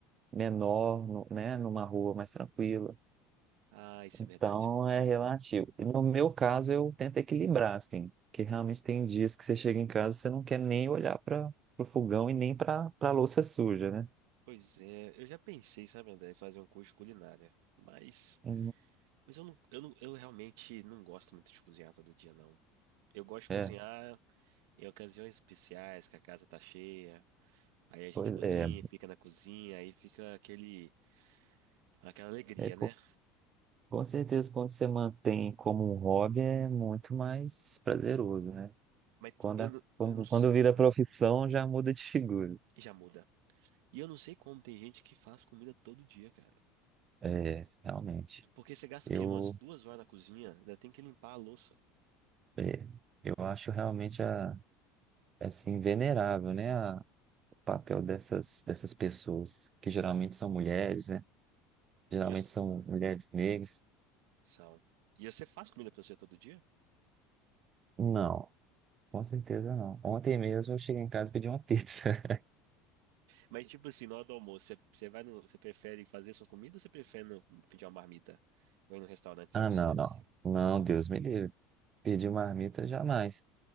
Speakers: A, on the right; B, on the right.
A: menor, no- né? Numa rua mais tranquila.
B: Ah, isso
A: Então
B: é verdade.
A: é relativo. E no meu caso, eu tento equilibrar, assim, porque realmente tem dias que você chega em casa e você não quer nem olhar para o fogão e nem para a louça suja, né?
B: Pois é, eu já pensei, sabe, André, em fazer um curso de culinária, mas,
A: E
B: mas eu não, eu não, eu realmente não gosto muito de cozinhar todo dia, não. Eu gosto de
A: É,
B: cozinhar em ocasiões especiais, que a casa tá cheia, aí a gente
A: pois
B: cozinha,
A: é,
B: fica na cozinha, aí fica aquele, aquela alegria,
A: é co-
B: né?
A: com certeza quando você mantém como um hobby é muito mais prazeroso, né?
B: Mas
A: Quando,
B: eu
A: a-
B: não,
A: quando,
B: eu não, s-
A: quando vira
B: ah,
A: profissão já muda de figura.
B: já muda. E eu não sei como tem gente que faz comida todo dia, cara.
A: É, realmente.
B: Porque você gasta
A: Eu,
B: o quê? Umas duas horas na cozinha, ainda tem que limpar a louça.
A: é, eu acho realmente a, assim, venerável, né? papel dessas, dessas pessoas, que geralmente são mulheres, né? Geralmente
B: E você,
A: são
B: ah,
A: mulheres negras.
B: sal. E você faz comida pra você todo dia?
A: Não, com certeza não. Ontem mesmo eu cheguei em casa e pedi uma pizza. <laughs>
B: Mas, tipo assim, na hora do almoço, você você vai no, você prefere fazer sua comida ou você prefere no- pedir uma marmita? Ou ir no restaurante self-service?
A: Ah, não, não. Não, Deus me livre. Pedir uma marmita jamais.